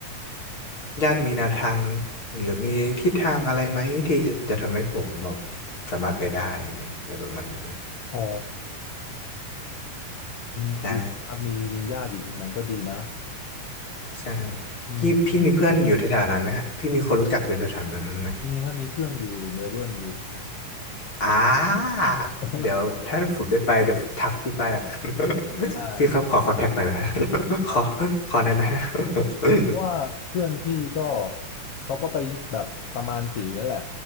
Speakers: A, on the left; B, on the left.
A: ญาติมีแนวทางหรือมีทิศทางอะไรไหมที่จะทำให้ผมแบบสามารถไปได้อะไรประมาณนี้
B: อ๋ออืมดีครับมีมีญาติอยู่ตรงนั้นก็ดีนะ
A: ใช่ ใช่
B: อืม
A: พี่พี่มีเพื่อนอยู่แถวๆนั้นไหมฮะพี่มีคนรู้จักอยู่แถวๆนั้นไหม
B: นี่ครับมีเพื่อนอยู่เมลเบิร์นอยู่ครับ
A: อ่า
B: <laughs>
A: เดี๋ยวถ้าผมได้ไปเดี๋ยวผมทักพี่ไปละกัน <laughs>
B: ได้
A: พี่ครับขอคอนแทคหน่อยนะฮะ <laughs> ขอ
B: ได้
A: ขอหน่อยนะฮะ <laughs>
B: เพราะว่าเพื่อนพี่ก็เขาก็ไปแบบประมาณตีนั่นแหละ